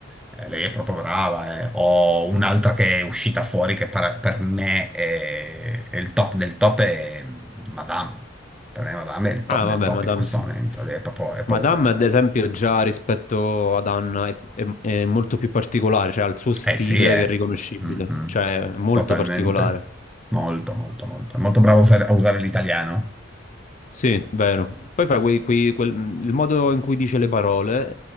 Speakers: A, in the centre; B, on the left.
A: eh, lei è proprio brava. eh. Ho un'altra che è uscita fuori che para- per me è, è il top del top, è Madame. Per me Madame è il top
B: Ah,
A: del
B: vabbè,
A: top
B: Madame
A: in questo
B: sì.
A: momento. Lei è proprio, è proprio
B: Madame,
A: brava.
B: ad esempio, già rispetto ad Anna è, è- è molto più particolare, cioè ha il suo stile
A: Eh sì, eh.
B: che è riconoscibile,
A: Mhm.
B: cioè è molto
A: Totalmente.
B: particolare.
A: Molto, molto, molto. È Molto bravo a usare, a usare l'italiano.
B: Sì, vero. Poi fa quei, quei- quel- il modo in cui dice le parole